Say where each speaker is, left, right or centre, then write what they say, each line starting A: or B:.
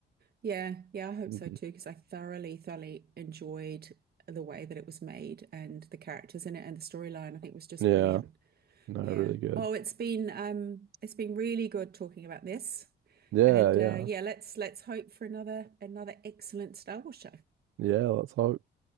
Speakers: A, on the right (about 50°); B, on the right (about 80°).
A: yeah, yeah, I hope
B: Mhm.
A: so too because I thoroughly, thoroughly enjoyed the way that it was made and the characters in it and the storyline. I think was just
B: Yeah.
A: brilliant.
B: No,
A: Yeah.
B: really good.
A: Oh, it's been um it's been really good talking about this.
B: Yeah,
A: And
B: yeah.
A: uh yeah, let's let's hope for another another excellent Star Wars show.
B: Yeah, let's hope.